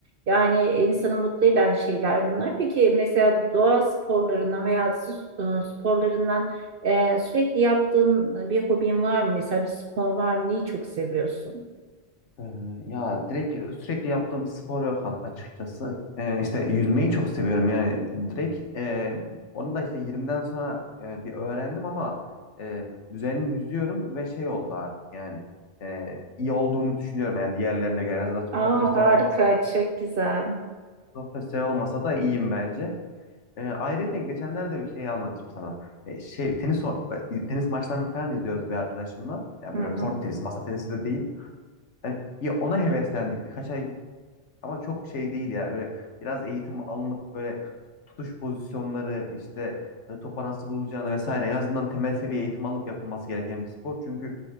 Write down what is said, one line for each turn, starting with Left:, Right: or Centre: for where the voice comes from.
Right: Yani insanı mutlu eden şeyler bunlar. Peki mesela doğa sporlarından veya su e, sporlarından Ee, sürekli yaptığın e, bir hobin var mı? Mesela bir spor var mı? Neyi çok seviyorsun?
Left: Ee, ya direkt sürekli yaptığım bir spor yok a- açıkçası. Ee, işte yüzmeyi çok seviyorum yani direkt e, onu da işte 20'den sonra e, bir öğrendim ama e, düzenli yüzüyorum ve şey oldu artık yani e, iyi olduğumu düşünüyorum yani diğerlerine göre. En azından
Right: Aa,
Left: profesyonel
Right: harika,
Left: olmasa
Right: çok güzel.
Left: profesyonel olmasa da iyiyim bence. E, ayrıca geçenlerde bir şey anlatayım sana. E, şey tenis o- e, tenis maçlarını falan izliyoruz bir arkadaşımla. Yani
Right: Hı hı.
Left: böyle kort tenisi, masa tenisi de değil. E, bir ona heveslendik. Birkaç ay git ama çok şey değil yani böyle biraz eğitim alınıp böyle tutuş pozisyonları işte e, topa nasıl vurulacağını vesaire en azından temel seviye eğitim alıp yapılması gereken bir spor. Çünkü